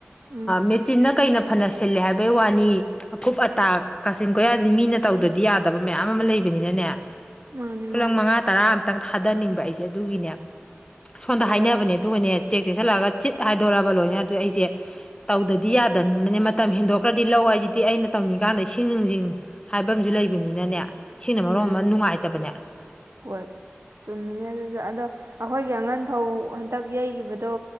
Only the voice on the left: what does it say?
ꯃꯤꯠ__ ꯆꯤꯟꯅ ꯀꯩꯅ ꯐꯅ ꯁꯤꯜꯂꯦ ꯍꯥꯏꯕꯩ ꯋꯥꯅꯤ__ ꯑꯈꯨꯞ ꯑꯇꯥ ꯀꯥꯆꯤꯟ ꯀꯣꯏꯌꯥꯗꯗꯤ ꯃꯤꯅ ꯇꯧꯗꯗꯤ ꯌꯥꯗꯕ ꯃꯌꯥꯝ ꯑꯃ ꯂꯩꯕꯅꯤꯅꯅꯦ__
ꯈꯨꯂꯪ
ꯃꯉꯥ ꯇꯔꯥ ꯑꯇꯪ ꯊꯥꯗꯅꯤꯡꯕ ꯑꯩꯁꯦ ꯑꯗꯨꯒꯤꯅꯦ ꯁꯣꯝꯗ
ꯍꯥꯏꯅꯕꯅꯦ꯫ ꯑꯗꯨꯒꯅꯦ ꯆꯦꯛ ꯆꯦꯁꯤꯜꯂꯛꯑꯒ ꯆꯤꯠ ꯍꯥꯏꯗꯣꯔꯛꯑꯕ ꯂꯣꯏꯅ ꯑꯗꯨ ꯑꯩꯁꯦ__ ꯇꯧꯗꯗꯤ ꯌꯥꯗꯅꯤꯅꯅꯦ ꯃꯇꯝ ꯍꯦꯟꯗꯣꯛꯈ꯭ꯔꯗꯤ ꯂꯧ ꯍꯥꯏꯁꯤꯗꯤ ꯑꯩꯅ ꯇꯧꯅꯤꯡ ꯀꯥꯟꯗ ꯏꯁꯤꯡ ꯅꯨꯡꯁꯤꯡ__ ꯍꯥꯏꯕ ꯑꯃꯖꯨ ꯂꯩꯕꯅꯤꯅꯅꯦ ꯏꯁꯤꯡꯅ
ꯃꯔꯣ ꯑꯃ ꯅꯨꯡꯉꯥꯏꯇꯕꯅꯦ꯫